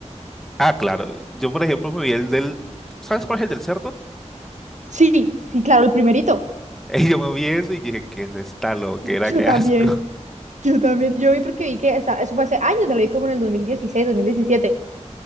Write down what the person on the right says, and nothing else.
Sí, sí, claro, el primerito.
Yo
también,
yo también. Yo vi porque vi que esa- eso fue hace años, me lo vi como en el dos dos mil dieciséis dos mil diecisiete